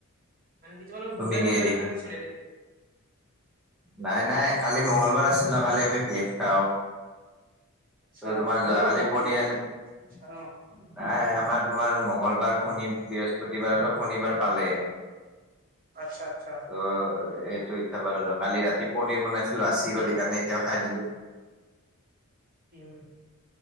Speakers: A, on the right (about 40°); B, in the centre.
A: মানে তোমালোকৰ
B: তুমি
A: বুধবাৰে
B: কিহেদি
A: বুধবাৰে পনীৰ
B: খা
A: চলে নেকি?
B: নাই নাই কালি মঙ্গলবাৰ আছিল ন, কালি আমি ভেজ খাওঁ।
A: আচ্ছা
B: ত' তোমাৰ
A: হনুমান
B: যোৱাকালি
A: ভক্ত
B: পনীৰ
A: নিকী তোমাৰ?
B: আন
A: আহ,
B: নাই
A: উম, উম।
B: আমাৰ
A: <inaudible>
B: তোমাৰ মঙ্গলবাৰ শনি বৃহস্পতিবাৰ আৰু শনিবাৰ পালে
A: আচ্ছা, আচ্ছা।
B: অ, সেইটো এতিয়া পাৰোঁ ৰহ আৰু কালি ৰাতি পনিৰ বনাইছিলো বাচি গ'ল সেইকাৰণে এতিয়াও খাই দিলো।
A: উম।